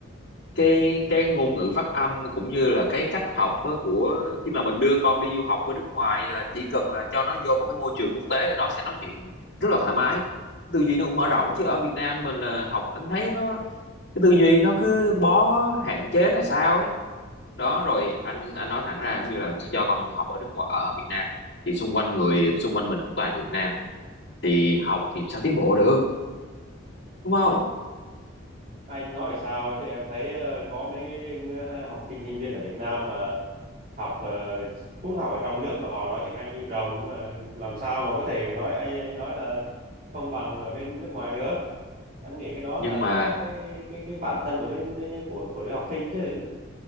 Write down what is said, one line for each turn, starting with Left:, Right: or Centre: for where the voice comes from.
Left: cái cái ngôn ngữ phát âm cũng như là cái cách học á của khi mà mình đưa con đi du học ở nước ngoài là chỉ cần là cho nó vô một cái môi trường quốc tế thì nó sẽ nói chuyện rất là thoải mái tư duy nó cũng mở rộng chứ ở Việt Nam mình là học anh thấy nó cái tư duy nó cứ bó hạn chế là sao ấy đó rồi anh anh nói thẳng ra giống như là cho con du học ở nước ngoài ở Việt Nam thì xung quanh người xung quanh mình cũng toàn người Việt Nam thì học thì sao tiến bộ được đúng không
Right: anh nói sao chứ em thấy ờ, có mấy cái ờ, học sinh sinh viên ở Việt Nam mà học ờ, cũng học ở trong nước mà họ nói tiếng Anh như rồng mà làm sao mà có thể nói anh anh nói là không bằng ở bên nước ngoài được em nghĩ cái đó
Left: nhưng
Right: là
Left: mà
Right: do cái cái cái bản thân của đứa, đứa của của đứa học sinh chứ